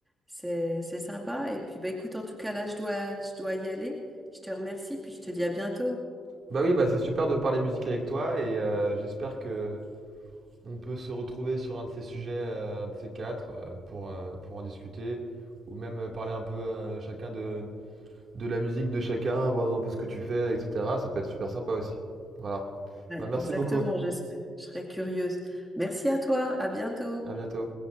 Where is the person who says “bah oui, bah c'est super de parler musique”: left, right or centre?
Right